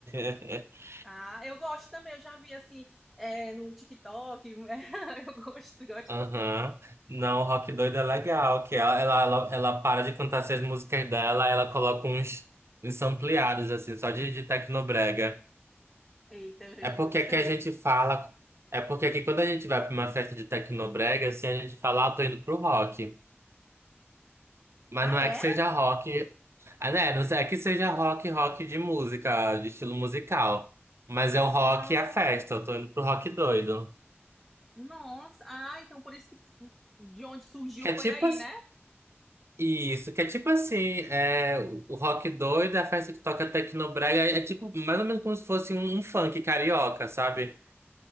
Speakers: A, on the right; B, in the centre.
A: <laughs>
B: Ah, eu gosto também, eu já vi assim, é, no TikTok. <laughs> Eu gosto, gosto
A: Aham.
B: sim.
A: Não, o Rock Doido é legal, que ela, ela, ela, ela para de cantar essas músicas dela, ela coloca uns, uns ampliados, assim, só de, de tecnobrega.
B: Eita,
A: É
B: eu
A: porque
B: gostei.
A: aqui a gente fala, é porque aqui quando a gente vai pra uma festa de tecnobrega, assim, a gente fala, ah, tô indo pro rock. Mas
B: Ah,
A: não
B: é?
A: é que seja rock, ah, né? Não é que seja rock, rock de música, de estilo musical. Mas é o rock
B: Não,
A: e a festa, eu tô indo pro rock doido.
B: nossa. Ah, então por isso que de onde surgiu
A: Que
B: foi
A: é tipo
B: aí,
A: assim,
B: né?
A: isso, que é tipo assim, é, o o rock doido, a festa que toca Tecnobrega, é, é tipo mais ou menos como se fosse um, um funk carioca, sabe?